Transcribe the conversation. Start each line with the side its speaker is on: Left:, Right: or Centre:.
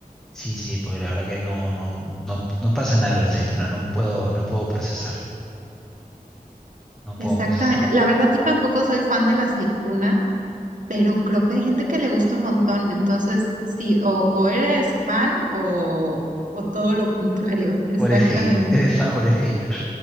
Centre: Sí, sí, porque la verdad que no, no, no, no pasa nada con la aceituna, no puedo, no puedo procesarlo, no puedo
Right: Exactamente.
Centre: procesarlo.
Right: La verdad, yo tampoco soy fan de la aceituna. pero creo que hay gente que le gusta un montón, entonces sí, o, o eres fan o, o todo lo contrario, exactamente,
Centre: ¿O eres hate, <laughs> eres fan o eres hater?